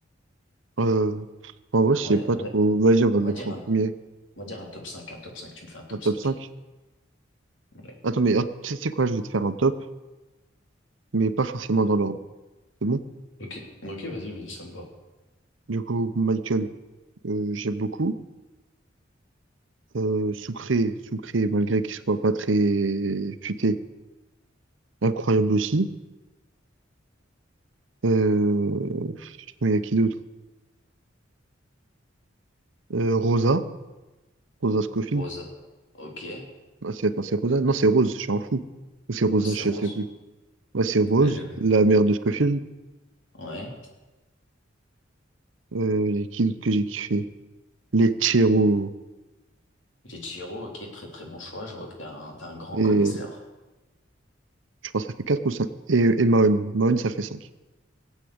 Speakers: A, on the right (about 75°); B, on the left (about 70°).
A: Euh, en vrai je sais
B: On va,
A: pas
B: on
A: trop.
B: va,
A: Vas-y on va
B: on
A: mettre
B: va dire
A: en
B: un,
A: premier
B: on va dire un top cinq, un top cinq. Tu me fais un top
A: un top
B: 5.
A: 5.
B: Ouais.
A: Attends mais ah, tu sais quoi, je vais te faire un top mais pas forcément dans l'ordre. C'est bon?
B: Ok, ok, vas-y, vas-y, ça me va.
A: Du coup, Michael, euh, j'aime beaucoup. Euh, Soucré, Soucré, malgré qu'il soit pas très futé, incroyable aussi. Euh, sinon, il y a qui d'autre? Euh, Rosa, Rosa Scofield.
B: Rosa. Ok.
A: Ah, c'est, attends, c'est Rosa? Non, c'est Rose, je suis un fou. Ou c'est Rosa,
B: Ah, c'est
A: je
B: Rose.
A: sais plus. Ouais, c'est
B: <laughs>
A: Rose, la mère de Scofield.
B: Euh, ouais.
A: Euh, il y a qui d'autre que j'ai kiffé? Les Chiro.
B: Ichiro, ok, très très bon choix. Je vois que t'es un, t'es un grand
A: Et
B: connaisseur.
A: je crois que ça fait quatre ou cinq Et, et Mahon. Mahon, ça fait cinq